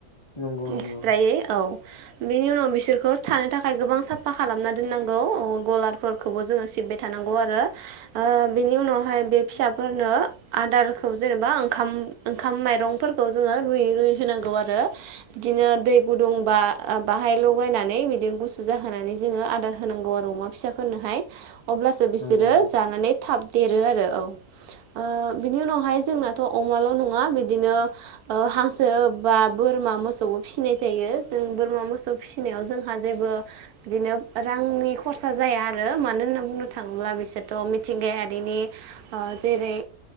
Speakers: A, on the left; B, on the right.
A: नंगौ नंगौ
B: एक्सट्रायै औ बेनि उनाव बिसोरखौ थानो थाखाय गोबां साफा खालामना दोननांगौ ओ गलारफोरखौबो जोङो सि बाय थानांगौ आरो ओ बेनि उनावहाय बे फिसाफोरनो आदारखौ जेनबा ओंखा म। ओंखाम माइरं फोरखौ जोङो रुयै रुयै होनांगौ आरो बिदिनो दै गुदुंबा बाहाय लगायनानै बिदिनो गुसु जाहोनानै जोङो आदार होनांगौ आरो अमा फिसाफोरनोहाय अब्लासो बिसोरो
A: नंगौ नंगौ
B: जानानै थाब देरो आरो औ ओ बिनि उनावहाय जोंनाथ' अमाल' नङा बिदिनो हांसो बा बोरमा मोसौखौ फिसिनाय जायो जों बोरमा मोसौ फिसिनायाव जोंहा जेबो बिदिनो रांनि खरसा जाया आरो मानो होनना बुंनो थाङोब्ला। बिसोरथ' मिथिंगायारिनि जेरै